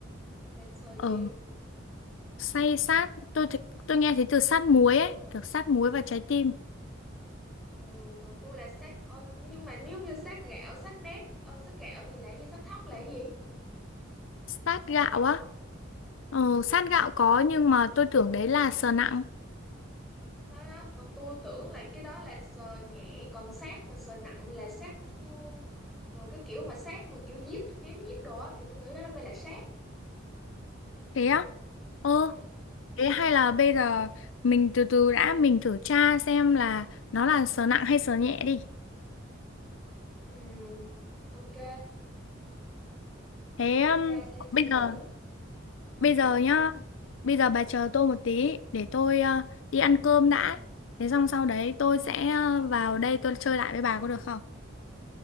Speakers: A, in the centre; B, on the left.
A: là sờ gì
B: ờ say sát tôi thì- tôi nghe thấy từ sát muối ấy kiểu sát muối và trái tim
A: ừ còn tôi là sát ờ, nhưng mà nếu như sát gạo sát nếp ờ, sát gạo thì là gì sát thóc là gì
B: sát gạo
A: không có hả
B: á ờ sát gạo có nhưng mà tôi tưởng đấy là sờ nặng
A: thế đó còn tôi tưởng là cái đó là sờ nhẹ còn sát mà sờ nặng là sát thương rồi cái kiểu mà sát mà kiểu giết chém giết đồ á thì tôi nghĩ đó mới là sát
B: thế á ờ
A: ừ
B: thế hay là bây giờ mình từ từ đã mình thử tra xem là nó là sờ nặng hay sờ nhẹ đi
A: ừ ok
B: thế
A: để em
B: um,
A: tra xem xem
B: bây
A: thử
B: giờ Bây
A: ừ
B: giờ nhá, bây giờ bà chờ tôi một tí để tôi ờ, đi ăn cơm đã. Thế xong sau đấy tôi sẽ ờ, vào đây tôi chơi lại với bà có được không?